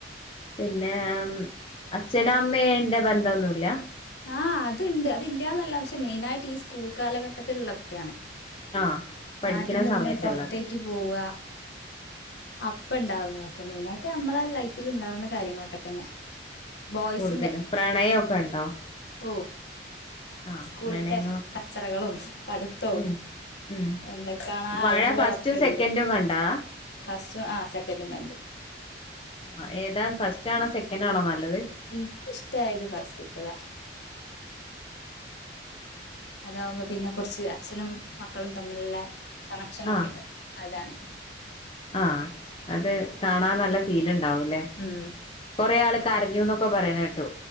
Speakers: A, on the left; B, on the left.
A: പിന്നെ അച്ഛനും അമ്മേന്റെ ബന്ധം ഒന്നുല്ല?
B: ആഹ് അതുണ്ട് അത് ഇല്യാന്നല്ല പക്ഷെ മെയിനായിട്ട് ഈ സ്കൂൾ കാലഘട്ടത്തിലുള്ളതൊക്കെയാണ്.
A: ആഹ് പഠിക്കണ
B: നാട്ടിന്ന്
A: സമയത്തുള്ളത്
B: പിന്നെ പുറത്തേക്ക് പോവ അപ്പ ഉണ്ടാവുന്നതൊക്കെ മെയിനായിട്ട് നമ്മളെ ലൈഫിൽ ഉണ്ടാവുന്ന കാര്യങ്ങളൊക്കെ തന്നെ. ബോയ്സിന്റെ
A: കൂടുതലും പ്രണയമൊക്കെ ഉണ്ടോ
B: ഓഹ്
A: ആഹ്
B: സ്കൂളത്തെ
A: പ്രണയങ്ങളൊക്കെ
B: കച്ചറകളും പഠുത്തും
A: ഉം ഉം
B: എന്തൊക്കെയാണോ ആ
A: വാഴ
B: അലമ്പുകളൊക്കെ
A: ഫസ്റ്റും സെക്കൻഡും
B: ഉണ്ട്.
A: കണ്ടാ
B: ഫസ്റ്റും ആഹ് സെക്കന്റു കണ്ട്.
A: ആഹ് ഏതാ ഫസ്റ്റ് ആണോ സെക്കന്റ് ആണോ നല്ലത്?
B: എനിക്ക് ഇഷ്ട ആയത് ഫാസ്റ്റ്ത്തതാ. അതാകുമ്പോ പിന്നെ കുറച്ച് അച്ഛനും മക്കളും തമ്മിലുള്ള കണക്ഷനൊക്കെയുണ്ട്
A: ആഹ്
B: അതാണ്.
A: ആഹ് അത് കാണാൻ നല്ല ഫീൽ ഉണ്ടാവൂല്ലേ?
B: ഉം
A: കൊറെ ആൾ കരഞ്ഞുന്നൊക്കെ പറയണേ കേട്ടു